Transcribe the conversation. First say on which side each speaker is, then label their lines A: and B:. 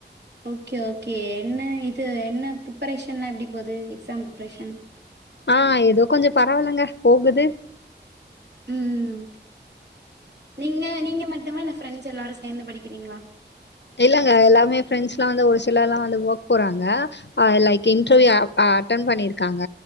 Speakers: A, on the right (about 65°); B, on the left (about 70°).
A: ஓகே ஓகே என்ன இது என்ன ப்ரிப்பரேஷன்லா எப்டி போது எக்ஸாம் ப்ரிப்ரேஷன்
B: ஆ ஏதோ கொஞ்சோ பரவால்லங்க போகுது
A: ம் நீங்க நீங்க மட்டுமா இல்ல ஃப்ரெண்ட்ஸ் எல்லாரு சேந்து படிக்கிறீங்ளா
B: இல்லங்க எல்லாமே ஃப்ரெண்ட்ஸ்லா வந்து ஒரு சிலர்லா வந்து வோக் போறாங்க ஆ லைக் இன்டர்வியூ அ அ அட்டன் பண்ணிருக்காங்க